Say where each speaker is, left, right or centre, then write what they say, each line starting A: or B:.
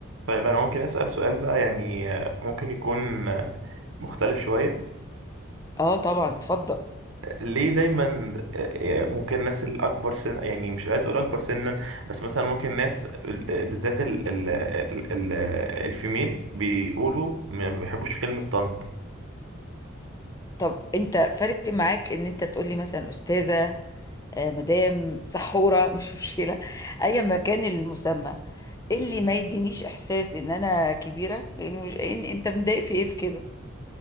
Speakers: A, on the right; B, on the left.
A: طيب أنا ممكن أسأل سؤال بقى يعني ممكن يكون مختلف شوية
B: اه طبعا اتفضل
A: ليه دايما ممكن الناس الأكبر سن يعني مش عايز أقول أكبر سنا بس مثلا ممكن ناس بالذات ال... ال... ال... ال... الفيميل بيقولوا ما بيحبوش كلمة طنط
B: طب انت فارق معاك ان انت تقولي مثلا استاذه آه، مدام سحوره <laughs> مش مشكله ايا ما كان المسمى إيه اللي ما يدينيش احساس ان انا كبيره لان مش... إن انت متضايق في ايه في كده